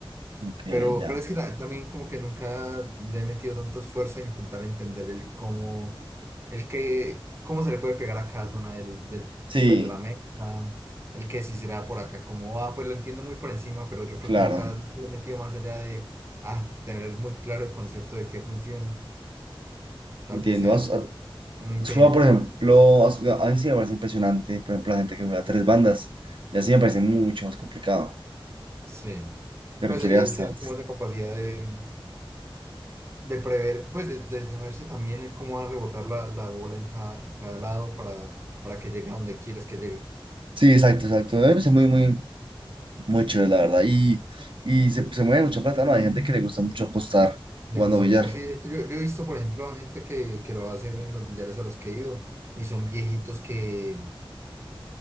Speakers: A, on the right (about 60°); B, on the right (about 30°).
A: ok,
B: Pero,
A: ya.
B: pero es que ta- también como que nunca le he metido tanto esfuerzo a intentar entender el cómo, el que, cómo se le puede pegar a cada zona del, del,
A: Sí,
B: pues de la meta, el que si será por acá, cómo va, pues lo entiendo muy por encima, pero yo creo
A: claro,
B: que nunca le he metido más allá de ah, tener muy claro el concepto de qué funciona. Tal
A: entiendo.
B: vez sea eso un impedimento
A: Suba, por ejemplo,
B: para alcanzar.
A: a Suba- a mí sí me parece impresionante, por ejemplo, la gente que juega tres bandas, y así me parece mucho más complicado,
B: Sí.
A: pero
B: Pues
A: requiere
B: él,
A: bastante.
B: él tenía como esa capacidad de, de prever, pues de, de saberse también el cómo va a rebotar la, la bola en cada, en cada lado para, para que llegue a donde quieras que llegue.
A: Sí, exacto, exacto, me parece muy, muy, muy chévere, la verdad, y, y se, se mueve mucha plata, ¿no? Hay gente que le gusta mucho apostar
B: Le
A: jugando
B: gusta
A: billar.
B: apostar. Sí, es que yo, yo he visto, por ejemplo, a gente que, que lo hace en los billares a los que he ido y son viejitos que,